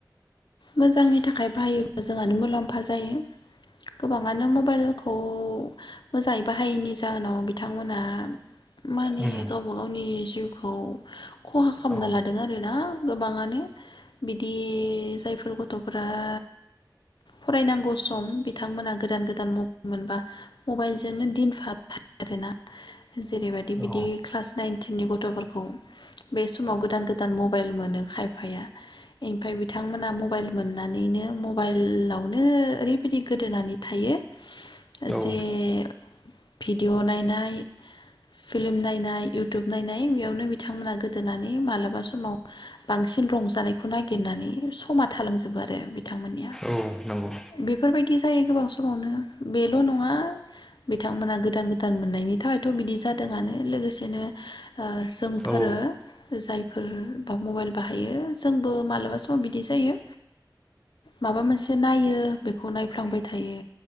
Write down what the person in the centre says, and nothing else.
उम
औ
औ
औ
औ नंगौ
औ